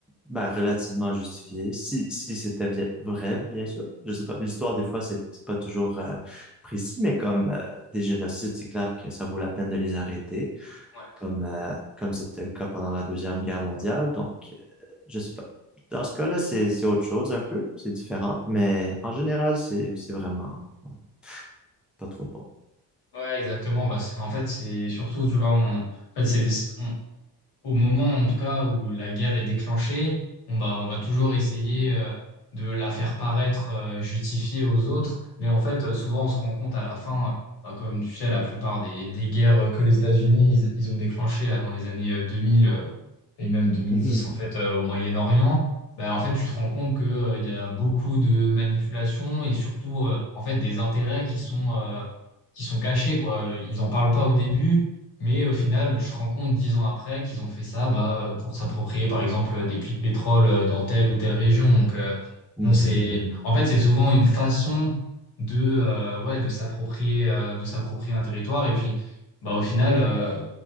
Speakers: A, in the centre; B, on the left (about 65°).
A: ben, relativement justifiées, si, si c'était vi- vrai, bien sûr. Je sais pas, l'histoire des fois, c'est c'est pas toujours euh, précis, mais comme euh, des génocides, c'est clair que ça vaut la peine de les arrêter,
B: Ouais,
A: comme euh, comme c'était le cas pendant la Deuxième Guerre mondiale. Donc, euh, je sais pas. Dans ce cas-là, c'est c'est autre chose un peu, c'est différent, mais en général, c'est c'est vraiment ouais, pas trop bon.
B: Ouais, exactement. Bah, c'est- en fait, c'est surtout, tu vois, on, en fait, c'est, au moment en tout cas où la guerre est déclenchée, on, bah, on va toujours essayer euh, de la faire paraître euh, justifiée aux autres. Mais en fait, euh, souvent, on se rend compte à la fin, euh, bah, comme tu sais, la plupart des, des guerres euh, que les États-Unis ils, ils ont déclenchées là, dans les années euh, 2000, et même deux mille
A: Mhm,
B: dix en fait euh, au Moyen-Orient, bah, en fait tu te rends compte que euh, il y a beaucoup de manipulations et surtout euh, en fait des intérêts qui sont euh, qui sont cachés quoi. Ils en parlent pas au début, mais au final tu te rends compte dix ans après qu'ils ont fait ça bah euh, pour s'approprier par exemple euh, des puits de pétrole euh, dans telle ou telle région. Donc euh,
A: mhm,
B: bon, c'est
A: mhm.
B: en fait c'est souvent une façon de euh, ouais de s'approprier euh, de s'approprier un territoire et puis bah au final euh,